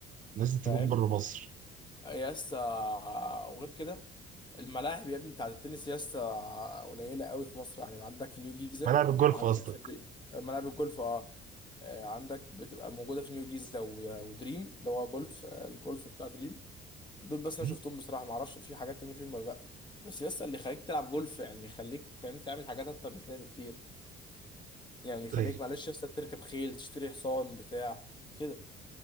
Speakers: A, on the right; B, on the left.
A: لازم تكون
B: فاهم
A: بره مصر
B: يس آه، وغير كده الملاعب يا ابني بتاعت التنس يس آه، قليله قوي في مصر يعني عندك في نيو جيزه
A: ملاعب الجولف
B: وعندك
A: قصدك
B: في دريم ملاعب الجولف اه آه، عندك بتبقى موجوده في نيو جيزه و- ودريم اللي هو جولف آه، الجولف بتاع دريم دول بس
A: مم.
B: انا شفتهم بصراحه ما اعرفش في حاجات تانية فيهم ولا لا بس يس اللي يخليك تلعب جولف يعني يخليك فاهم تعمل حاجات اكتر من كده بكتير يعني
A: طيب
B: خليك معلش لسه تركب خيل تشتري حصان بتاع كده